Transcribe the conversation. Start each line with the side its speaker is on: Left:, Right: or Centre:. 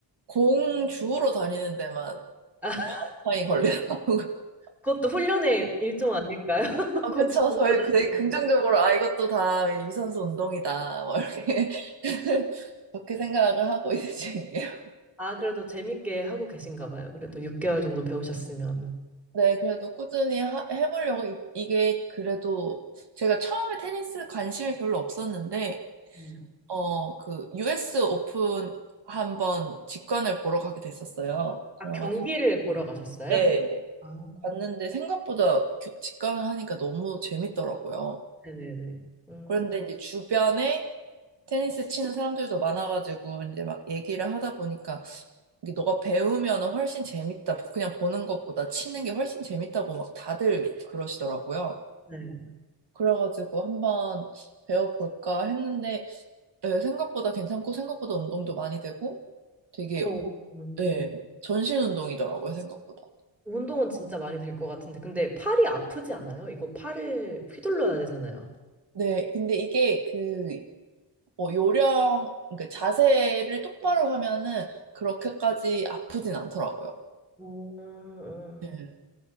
Right: 공 주우러 다니는 데만
Centre: 아,
Right: 반파이 걸리더라고. <laughs>
Centre: 그것도 훈련의 일종 아닐까요? <laughs>
Right: 아, 그쵸. 저희 되게 긍정적으로
Centre: 니
Right: 아 이것도 다 유산소 운동이다. 뭐 이렇게 <laughs> 그렇게 생각을 하고 있는 중이에요.
Centre: 아, 그래도 재밌게 하고 계신가 봐요. 그래도 6개월 정도 배우셨으면.
Right: 네, 그래도 꾸준히 하- 해보려고 이, 이게 그래도 제가 처음에 테니스 관심이 별로 없었는데
Centre: 음.
Right: 어, 그, US 오픈 한번 직관을 보러 가게 됐었어요. 그래가지고,
Centre: 아, 경기를 보러 가셨어요?
Right: 그때
Centre: 아,
Right: 갔는데 생각보다 겨- 직관을 하니까 너무 재밌더라고요.
Centre: 네네네. 음,
Right: 그런데 이제 주변에 테니스 치는 사람들도 많아가지고, 이제 막 얘기를 하다 보니까, 이게 너가 배우면 훨씬 재밌다. 그냥 보는 것보다 치는 게 훨씬 재밌다고 막 다들 그러시더라고요.
Centre: 네.
Right: 그래가지고 한번 배워볼까 했는데, 네, 생각보다 괜찮고, 생각보다 운동도 많이 되고, 되게
Centre: 어, 음.
Right: 예, 전신 운동이더라고요, 생각보다.
Centre: 운동은 진짜 많이 될 것 같은데. 근데 팔이 아프지 않아요? 이거 팔을 휘둘러야 되잖아요.
Right: 네, 근데 이게 그, 뭐, 요령, 그러니까 자세를 똑바로 하면은 그렇게까지 아프진 않더라고요.
Centre: 음, 음.
Right: 네,